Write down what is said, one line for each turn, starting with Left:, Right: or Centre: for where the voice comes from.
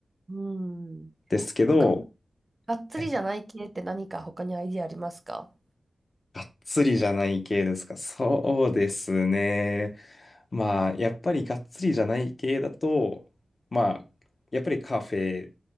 Right: うん。で
Left: ですけど、
Right: もが、がっつりじゃない系って何か他にアイディアありますか
Left: はいがっつりじゃない系ですか。そうですね。まあ、やっぱりがっつりじゃない系だと、まあ、やっぱりカフェ